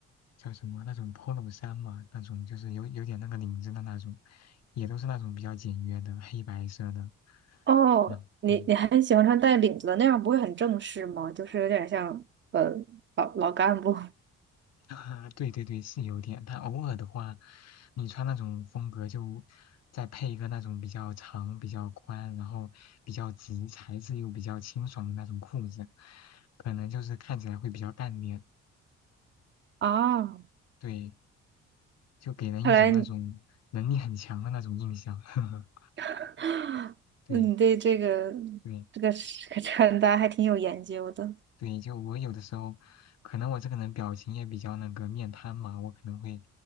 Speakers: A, on the left; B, on the right.
A: 叫什么那种 polo 衫嘛，那种就是有有点那个领子的那种，也都是那种比较简约的黑白色的。
B: 哦，
A: 嗯嗯。
B: 你你还喜欢穿带领子的，那样不会很正式吗？就是有点像呃老老干部
A: <laughs> 啊，对对对，是有点。但偶尔的话，你穿那种风格，就再配一个那种比较长、比较宽，然后比较直，材质又比较清爽的那种裤子，可能就是看起来会比较干练。
B: <laughs> 啊。
A: 对，就给人一种那种能力很强的那种印象。
B: 看来你
A: <laughs>
B: <gasps> <sighs>
A: 对
B: 你对这个
A: 对。
B: 这个这个穿搭还挺有研究的。
A: 对，就我有的时候，可能我这个人表情也比较那个面瘫嘛，我可能会